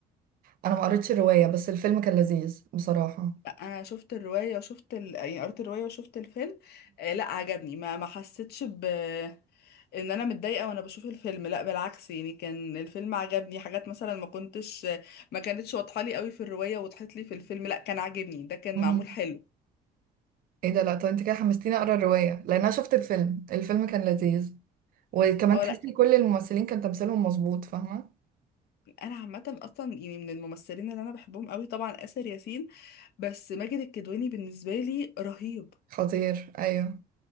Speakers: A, on the right; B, on the left.
A: انا ما قريتش الروايه بس الفيلم كان لذيذ بصراحه
B: لا، انا شفت الروايه وشفت ال... يعني قريت الروايه وشفت الفيلم آه لا عجبني ما ما حسيتش ب ان انا متضايقه وانا بشوف الفيلم لا بالعكس يعني كان الفيلم عجبني حاجات مثلا ما كنتش ما كانتش واضحه لي قوي في الروايه وضحت لي في الفيلم لا كان عاجبني ده كان
A: امم
B: معمول حلو
A: ايه ده لا طب انت كده حمستيني اقرا الرواية لان انا شفت الفيلم الفيلم كان لذيذ وكمان
B: اه
A: تحسي
B: لا كان-
A: كل الممثلين كان تمثيلهم مظبوط فاهمة
B: انا عامه اصلا يعني من الممثلين اللي انا بحبهم قوي طبعا آسر ياسين بس ماجد الكدواني بالنسبه لي رهيب
A: خطير ايوه